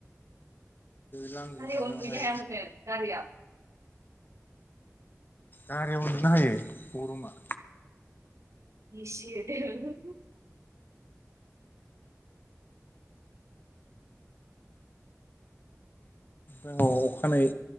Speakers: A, on the left; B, on the right.
A: लांजों
B: गारियाव
A: माबायावहाय
B: उनदुहैनो हाया नोंसोर गारियाव।
A: गारियाव उन्दुनो हायो गरमा?
B: ए सि होदो
A: अखानायै